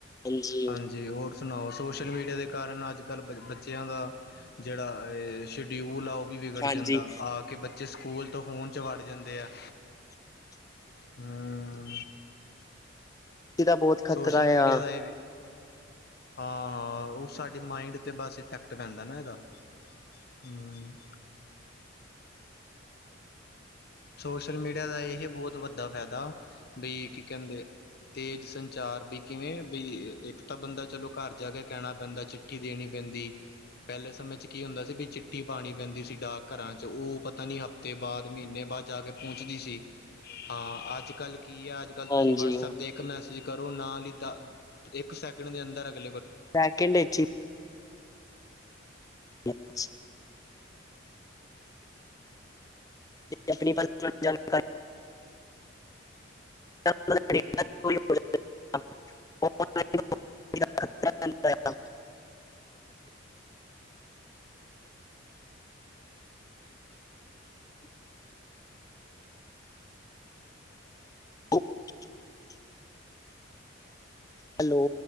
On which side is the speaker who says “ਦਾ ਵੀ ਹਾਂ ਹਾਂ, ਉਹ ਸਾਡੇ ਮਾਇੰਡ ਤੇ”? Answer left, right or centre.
Left